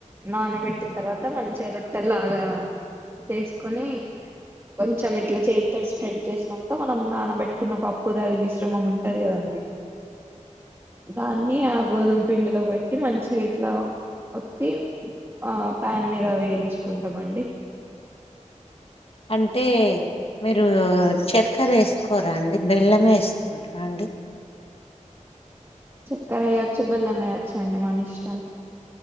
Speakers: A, on the right (about 20°); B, on the left (about 50°).
A: నానబెట్టి తర్వాత మంచిగా రొట్టెల్లగా చేసుకొని కొంచెం ఇట్లా చేతితో స్ప్రెడ్ చేసినాక మనం నానబట్టు కున్న పప్పుద అది మిశ్రమం ఉంటది కదండి. దాన్ని ఆ గోధుమ పిండిలో పెట్టి మంచిగా ఇట్లా ఒత్తి, ఆ ప్యాన్ మీద వేయించుకుంటామండి.
B: అంటే మీరు చక్కర వేసుకోరా అండి. బెల్లమే వేసుకుంటారా అండి.
A: చక్కర వేయ్యొచ్చు, బెల్లం వేయచ్చ అండి మన ఇష్టం.